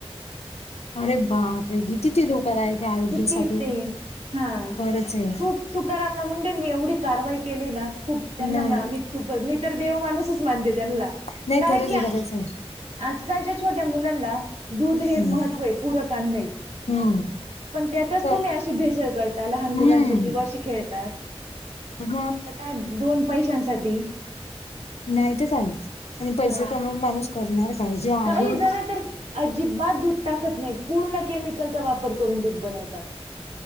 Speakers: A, on the left; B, on the right.
A: अरे बापरे! किती ती धोकादायक आहे आरोग्यासाठी
B: किती ते हा
A: खरच आहे.
B: खूप तुकाराम न मुंडेंनी एवढी कारवाई केली ना खूप त्यांना
A: नाही,
B: तर आम्ही खूप मी तर देव माणूसच मानते त्यांनला
A: नाही
B: कारण
A: खरंच
B: की
A: आहे, खरंच आहे.
B: आजकालच्या छोट्या मुलांना दूध हे
A: हम्म,
B: महत्त्वय, पूरक अन्नये.
A: हम्म.
B: पण त्यातच
A: क
B: तुम्ही अशी भेसळ करता लहान मुलांच्या
A: हम्म,
B: जीवाशी खेळतात
A: मग
B: काय <unintelligible> दोन पैशांसाठी.
A: नाहीत काय आणि पैसे
B: हा
A: कमवून माणूस करणार काय जे आहे
B: काही जण
A: <unintelligible>
B: तर अजिबात दूध टाकत नाही पूर्ण केमिकलचा वापर करून दूध बनवतात.